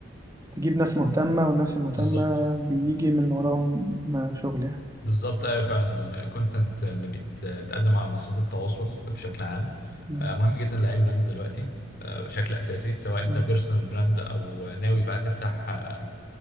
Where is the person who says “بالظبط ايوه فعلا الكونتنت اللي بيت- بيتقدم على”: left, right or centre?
Left